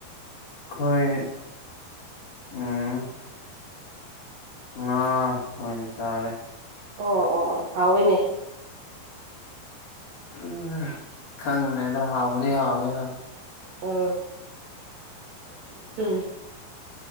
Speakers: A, on the left; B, on the right.
A: ꯈꯣꯏ ꯎꯃ ꯈꯥ ꯑꯣꯅ ꯆꯔꯦ
B: ꯑꯣ ꯑꯣ ꯑꯣ ꯀꯥꯎꯋꯦꯅꯦ
A: ꯎꯝ ꯈꯪ꯭ꯔꯦꯗ ꯍꯥꯎꯗꯤ ꯍꯥꯎꯋꯦ ꯍꯥꯎ
B: ꯑ <inaudible>